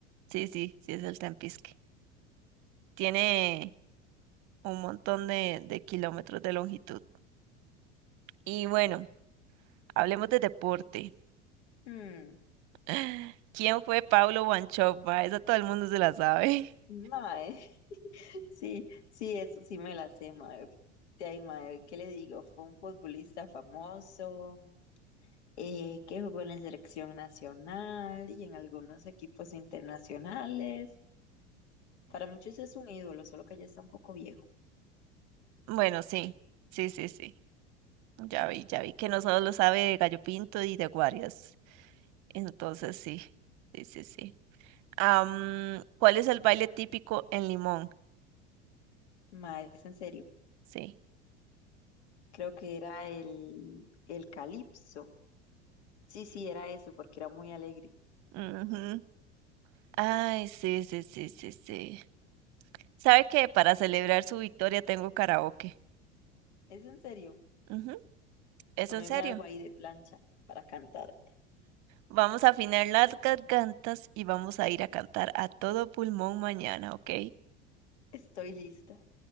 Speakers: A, on the right; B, on the left.
A: Sí, sí, sí, es el Tempisque. Tiene un montón de, de kilómetros de longitud. Y bueno. Hablemos de deporte.
B: Mm,
A: <laughs> ¿Quién fue Paulo Wanchope? Ma? Esa todo el mundo se la sabe. <laughs>
B: mae, <laughs> sí, sí, eso sí me la sé, mae. De ahí, mae, ¿qué le digo? Fue un futbolista famoso, eh, que jugó en la selección nacional y en algunos equipos internacionales. Para muchos es un ídolo, solo que ya está un poco viejo.
A: Bueno, sí, sí, sí, sí. Ya vi, ya vi que no solo lo sabe de Gallo Pinto y de Guarias. Entonces sí, sí, sí, sí. Am, ¿cuál es el baile típico en Limón?
B: Mae, es en serio.
A: Sí.
B: Creo que era el, el Calipso. Sí, sí, era eso, porque era muy alegre.
A: ujú. Ay, sí, sí, sí, sí, sí. ¿Sabe que para celebrar su victoria tengo karaoke?
B: Es en serio.
A: Ujú, ¿Es
B: Poneme
A: en serio?
B: algo ahí de plancha para cantar.
A: Vamos a afinar las gargantas y vamos a ir a cantar a todo pulmón mañana, ¿ok?
B: Estoy lista.